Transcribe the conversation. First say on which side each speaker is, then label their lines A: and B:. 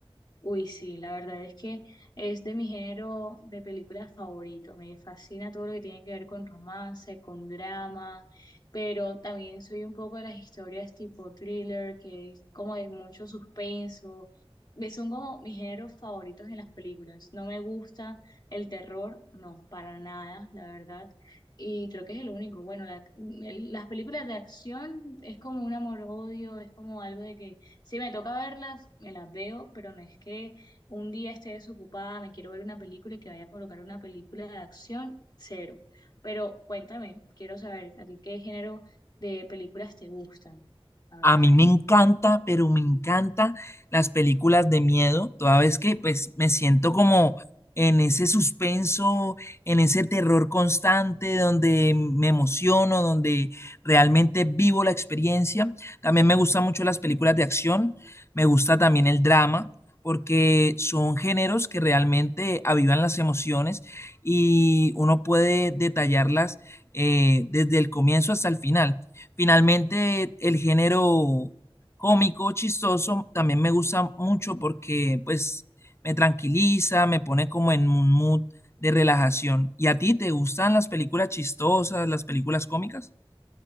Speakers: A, on the left; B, on the left.
A: Uy, sí, la verdad es que es de mi género de películas favorito. Me fascina todo lo que tiene que ver con romance, con drama, pero también soy un poco de las historias tipo thriller, que es como de mucho suspenso. Me- Son como mis géneros favoritos en las películas. No me gusta el terror, no, para nada, la verdad. Y creo que es el único. Bueno, la- el- las películas de acción es como un amor-odio, es como algo de que si me toca verlas, me las veo, pero no es que un día esté desocupada, me quiero ver una película y que vaya a colocar una película de acción, cero. Pero cuéntame, quiero saber, ¿a ti qué género de películas te gustan? A ver.
B: A mí me encanta, pero me encanta las películas de miedo, toda vez que pues me siento como en ese suspenso, en ese terror constante donde me emociono, donde realmente vivo la experiencia. También me gustan mucho las películas de acción, me gusta también el drama, porque son géneros que realmente avivan las emociones y uno puede detallarlas eh, desde el comienzo hasta el final. Finalmente, el género cómico, chistoso, también me gusta mucho porque pues me tranquiliza, me pone como en un mood de relajación. ¿Y a ti te gustan las películas chistosas, las películas cómicas?